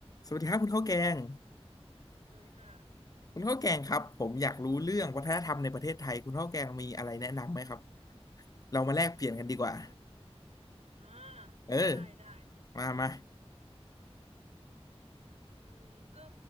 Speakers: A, on the left; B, on the right.
A: สวัสดีครับคุณข้าวแกง
B: สวัสดีค่ะ
A: คุณข้าวแกงครับผมอยากรู้เรื่องวัฒนธรรมในประเทศไทยคุณข้าวแกงมีอะไรแนะนำไหมครับเรามาแลกเปลี่ยนกันดีกว่า
B: อืม อ่า
A: เออ
B: ได้ ได้
A: มามา
B: อืมก็